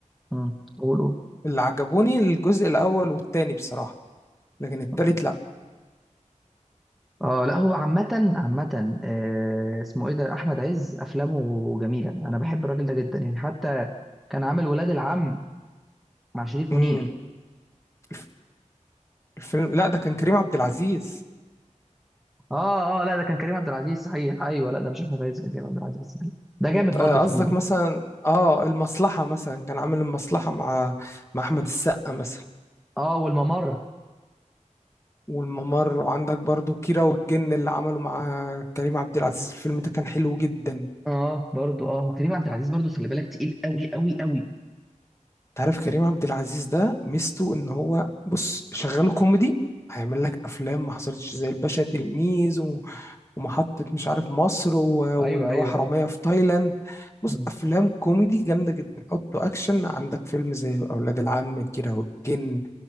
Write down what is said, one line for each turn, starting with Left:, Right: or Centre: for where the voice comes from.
Centre: امم قول
Left: اللي عجبوني الجزء الاول والتاني بصراحة لكن التالت
Centre: قول
Left: لا
Centre: اه لا هو عامة عامة آه، اسمه ايه ده احمد عز افلامه جميلة انا بحب الراجل ده جدا يعني حتى كان عامل ولاد العم مع شريف
Left: امم
Centre: منير
Left: الف- الفيلم لا ده كان كريم عبد العزيز
Centre: اه اه لا ده كان كريم عبد العزيز صحيح ايوه لا ده مش احمد عز كان كريم عبد العزيز صحيح ده جامد
Left: انت
Centre: برضه
Left: آه،
Centre: الفيلم
Left: قصدك
Centre: ده
Left: مثلا اه المصلحة مثلا كان عامل المصلحة مع مع احمد السقا مثلا
Centre: اه والممر
Left: والممر وعندك برضو كيرة والجن اللي عمله مع كريم عبد العزيز الفيلم ده كان حلو جدا
Centre: اه برضه اه وكريم عبد العزيز برضه خلي بالك تقيل قوي قوي قوي
Left: تعرف كريم عبد العزيز ده ميزته ان هو بص شغال كوميدي هيعمل لك افلام ما حصلتش زي الباشا تلميذ و... ومحطة مش عارف مصر و...
Centre: ايوه
Left: واللي
Centre: ايوه
Left: هو حرامية
Centre: اه
Left: في تايلاند بص
Centre: مم.
Left: افلام كوميدي جامدة جدا حطه اكشن عندك فيلم زي اولاد العم كيرة والجن